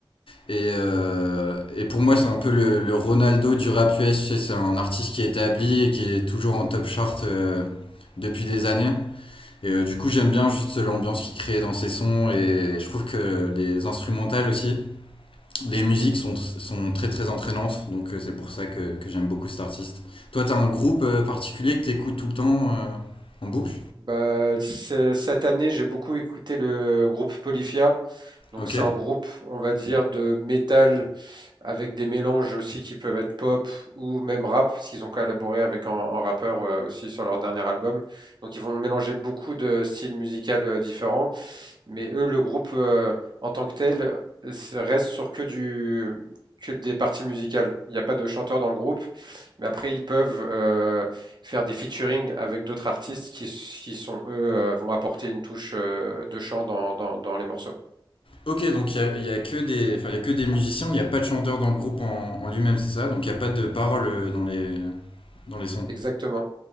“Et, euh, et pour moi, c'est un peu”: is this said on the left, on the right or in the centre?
Left